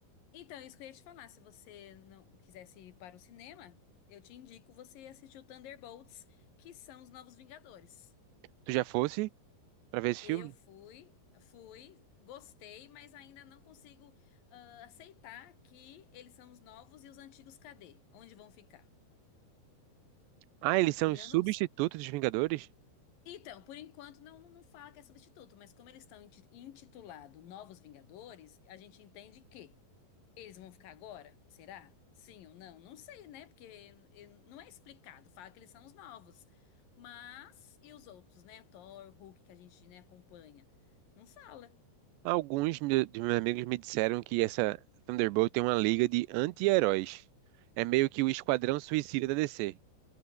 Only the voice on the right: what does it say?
Tu já fosse pra ver esse
filme?
Ah, eles são
os
substitutos
dos Vingadores?
Alguns me- dos meus amigos me disseram que essa Thunderbolt tem uma liga de anti-heróis. É meio que o Esquadrão Suicida da DC.